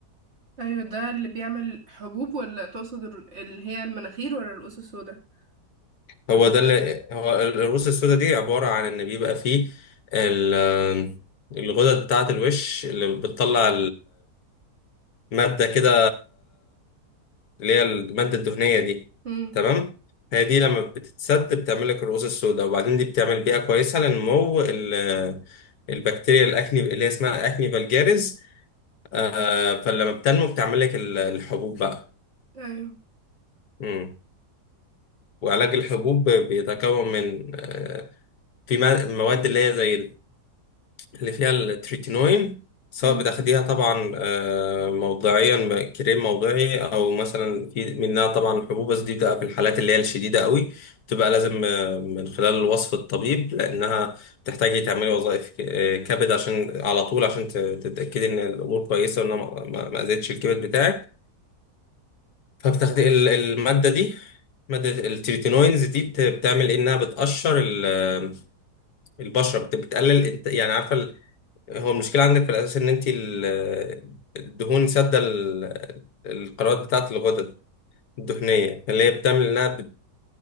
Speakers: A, on the right; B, on the left.
A: ايوه ده اللي بيعمل حبوب ولا تقصد الر- اللي هي المناخير ولا الرؤوس السودا
B: هو
A: ولا
B: ده
A: الوش
B: اللي هو ال- الرؤوس السوداء دي عبارة عن ان بيبقى فيه ال... الغدد بتاعة الوش اللي بتطلع المادة كده اللي هي المادة الدهنية دي
A: امم
B: تمام هي دي لما بتتسد بتعمل لك الرؤوس السوداء وبعدين دي بتعمل بيئة كويسة لنمو ال- البكتيريا الأكني اللي هي اسمها أكني فالجاريز آه، فلما بتنمو بتعمل لك ال- الحبوب بقى
A: ايوه
B: مم. وعلاج الحبوب بيتكون من آه، في ما- مواد اللي هي زي اللي فيها التريتينوين سواء
A: امم
B: بتاخديها طبعا آه، موضعيا ب- كريم موضعي او مثلا في منها طبعا الحبوب بس دي بتبقى في الحالات اللي هي الشديده قوي بتبقى لازم آه، من خلال وصف الطبيب لانها بتحتاجي تعملي وظائف ك- آه، كبد عشان على طول عشان ت- تتاكدي ان الامور كويسه وانها ما ما- ما اذتش الكبد بتاعك فبتاخدي ال- الماده دي مادة التريتينوينز دي بت- بتعمل إيه؟ انها بتقشر ال- البشرة بت- بتقلل يعني عارفة هو المشكلة عندك في الأساس إن أنت ال- الدهون سادة ال- القنوات بتاعة الغدد الدهنية اللي هي بتعمل إنها بت-